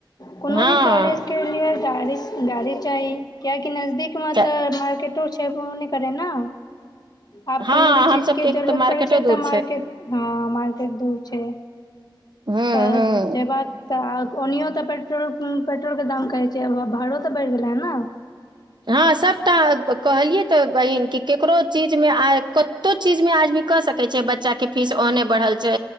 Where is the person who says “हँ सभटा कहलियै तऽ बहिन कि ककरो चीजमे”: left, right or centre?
Right